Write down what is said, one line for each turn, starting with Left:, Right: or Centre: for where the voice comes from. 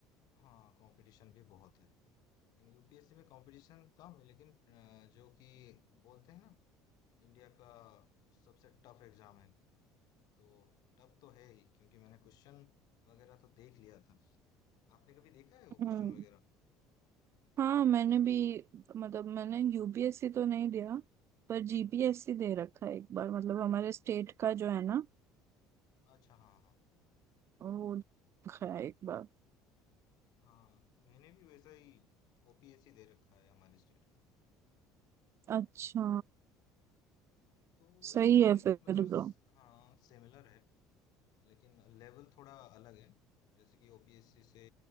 Left: हाँ कंपटीशन भी बहुत है लेकिन यूपीएससी में कंपटीशन कम है लेकिन अ, जो कि बोलते हैं ना इंडिया का सबसे टफ एग्जाम है तो टफ तो है ही क्योंकि मैंने क्वेश्चन वगैरह तो देख लिया था आपने कभी देखा है वो क्वेश्चन
Right: हम्म
Left: वगैरह
Right: हाँ मैंने भी मतलब मैंने यूपीएससी तो नहीं दिया पर जीपीएससी दे रखा है एक बार मतलब हमारे स्टेट का जो है ना
Left: अच्छा हाँ हाँ
Right: वो रखा है एक बार
Left: हाँ मैंने भी वैसा ही ओपीएससी दे रखा है हमारे स्टेट का
Right: अच्छा
Left: हाँ तो
Right: सही
Left: ऐसा ही
Right: है
Left: है
Right: फिर
Left: मतलब स-
Right: तो
Left: हाँ सिमिलर है लेकिन लेवल थोड़ा अलग है जैसे कि ओपीएससी से